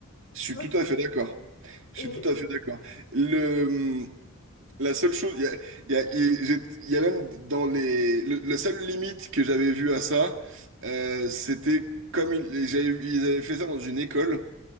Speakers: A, on the right; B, on the left.
A: je suis
B: Tu vois,
A: tout à fait d'accord. Je
B: et
A: suis tout à fait d'accord. Le, hum, la seule chose, il y a, il y a- il j'ai- il y a même dans les, le- la seule limite que j'avais vue à ça, euh, c'était comme ils, j'avais- ils avaient fait ça dans une école